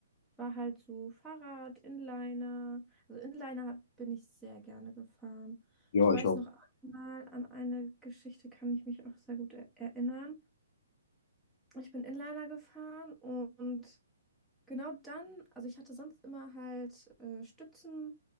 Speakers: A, in the centre; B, on the left (about 40°).
A: war halt so Fahrrad, Inliner. Also Inliner hab- bin ich sehr gerne gefahren.
B: Ja,
A: Ich weiß
B: ich auch.
A: noch einmal, an eine Geschichte kann ich mich auch sehr gut er erinnern. Ich bin Inliner gefahren und Genau dann, also ich hatte sonst immer halt äh, Stützen